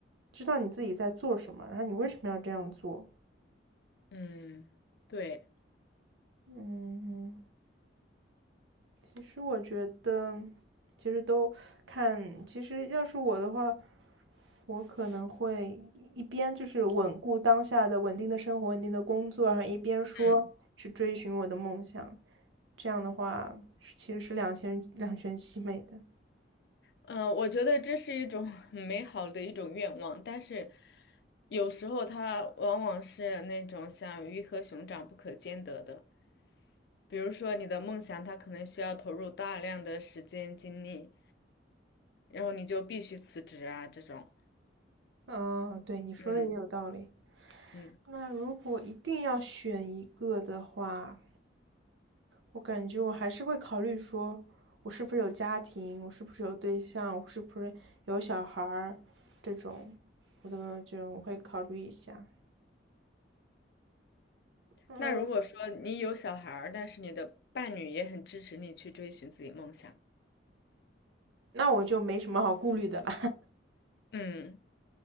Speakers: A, on the right; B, on the left.
A: 知道你自己在做什么，然后你为什么要这样做？
B: 嗯，对。
A: 嗯。其实我觉得，其实都看，其实要是我的话，我可能会一边就是稳固当下的稳定的生活、稳定的工作，然后一边说去追寻我的梦想。
B: 嗯。
A: 这样的话，是其实是两全两全其美的。
B: 嗯，呃我觉得这是一种很美好的一种愿望，但是有时候它往往是那种像鱼和熊掌不可兼得的。比如说你的梦想，它可能需要投入大量的时间精力，然后你就必须辞职啊，这种。
A: 嗯，对，你说的也有道理。
B: 嗯嗯。
A: 那如果一定要选一个的话，我感觉我还是会考虑说，我是不是有家庭，我是不是有对象，我是不是有小孩儿，这种，我都就我会考虑一下。嗯，
B: 那如果说你有小孩儿，但是你的伴侣也很支持你去追寻自己梦想，
A: 那我就没什么好顾虑的了。
B: 嗯，